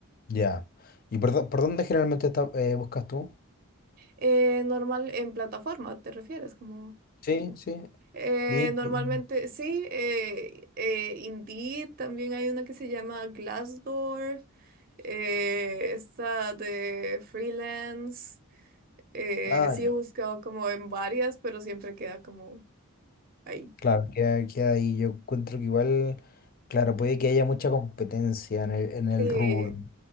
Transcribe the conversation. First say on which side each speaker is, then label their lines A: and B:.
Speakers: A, on the left; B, on the right.
A: Ya. ¿Y por, dó- por dónde generalmente está- eh, buscas tú?
B: Eh, normal, en plataforma, ¿te refieres? Como
A: Sí, sí.
B: eh,
A: LinkedIn.
B: normalmente, sí, eh, eh, Indeed, también hay una que se llama Glassdoor, eh, esta de freelance. eh,
A: Ah,
B: sí
A: ya.
B: he buscado como en varias, pero siempre queda como ahí.
A: Claro, queda, queda ahí. Yo encuentro que igual, claro, puede que haya mucha competencia en el, en el
B: Sí.
A: rubro.